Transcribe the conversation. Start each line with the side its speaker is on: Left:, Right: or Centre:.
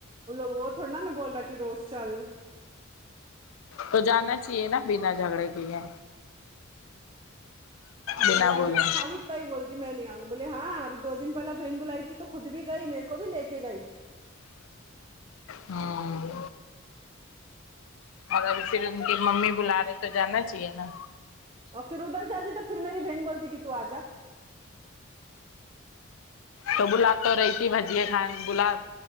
Right: وہ لوگ وہ تھوڑی نا میں بول رہا کہ روز چل
Left: تو جانا چاہیے نا بنا جھگڑے کیے
Right: بولے
Left: بنا بولا
Right: میں خالی میں بول دی میں نہیں آؤںی بولے ہاں ابھی دو دن پہلے بہن بلائی تھی تو خود بھی گئی میرے کو بھی لے کے گئی
Left: ہاں اگر اسے دن ان کی ممی بلا رہے تو جانا چاہیے نا
Right: اور پھر ادھر جاتی تو پھر میری بہن بولتی کہ ت تو آ جا
Left: تو بلا تو رہی تھی بھجے خان بلا